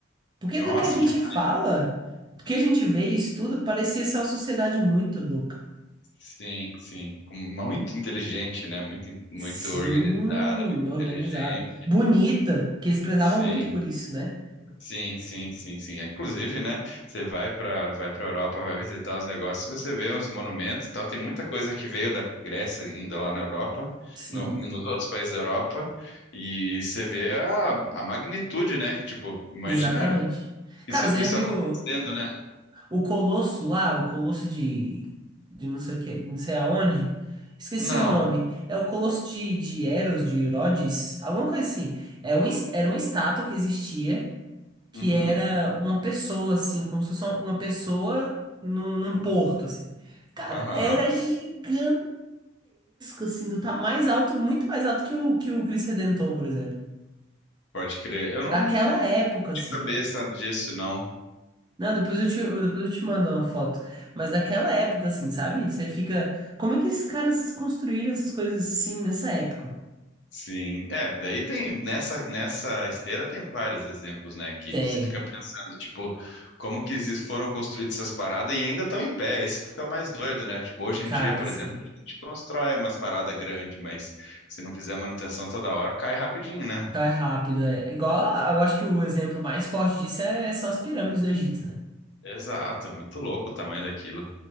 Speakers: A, on the right; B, on the left.
A: Porque
B: nossa,
A: do que a gente
B: demais.
A: fala, do que a gente vê e estuda, parecia ser uma sociedade muito louca.
B: Sim, sim. Com- Muito inteligente, né? Muito, muito
A: Sim,
B: organizada, muito
A: organizada.
B: inteligente.
A: Bonita, que eles prezavam
B: Sim.
A: muito por isso, né?
B: Sim, sim, sim, sim. Inclusive, né? Você vai para vai para Europa, vai visitar os negócios, você vê uns monumentos, e tal. Tem muita coisa que veio da Grécia ainda lá na Europa,
A: Sim,
B: no- nos outros países da Europa, e você vê a, a magnitude, né? Tipo, imagina
A: exatamente. Cara,
B: isso
A: você
B: isso
A: já viu.
B: acontecendo, né?
A: O Colosso lá, o Colosso de, de não sei o que, não sei aonde. Esqueci
B: Não.
A: o nome. É o Colosso de, de Eros, de Rhodes, alguma coisa assim. É um, es- era uma estátua que existia, que
B: Uhum.
A: era uma pessoa, assim, como se fosse uma uma pessoa num, num porto, assim. Cara,
B: Aham.
A: era gigantesco, assim, do tá mais alto, muito mais alto que o, que o Cristo Redentor, por exemplo.
B: Pode crer. Eu
A: Daquela
B: não lembro
A: época,
B: de
A: assim.
B: cabeça disso, não.
A: Não, depois eu te, eu- depois eu te mando uma foto. Mas daquela época, assim, sabe? Você fica. Como é que esses caras construíram essas coisas assim nessa época?
B: Sim, é, daí tem nessa nessa esteira tem vários exemplos, né, que
A: Tem,
B: você fica pensando, tipo, como que exis- foram construídas essas paradas e ainda estão em pé. Esse que é o mais doido, né? Tipo, hoje
A: cara,
B: em dia, por
A: assim.
B: exemplo, a gente constrói umas paradas grandes, mas se não fizer manutenção toda hora, cai rapidinho, né?
A: Tá rápido, é. Igual, a- eu acho que o exemplo mais forte disso é, são as pirâmides do Egito, né?
B: Exato, é muito louco o tamanho daquilo.